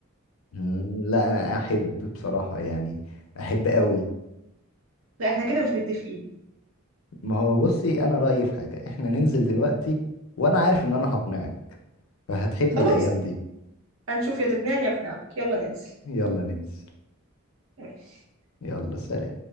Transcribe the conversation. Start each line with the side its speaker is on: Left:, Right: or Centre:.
Left: مم، لا انا احب بصراحه يعني احب قوي
Right: لا احنا كده مش متفقين
Left: ما هو بصي انا رايي في حاجه احنا ننزل دلوقتي وانا عارف ان انا هقنعك فهتحب
Right: خلاص
Left: الايام دي
Right: هنشوف يا تقنعني يا اقنعك يلا ننزل
Left: يلا ننزل
Right: ماشي.
Left: يلا سلام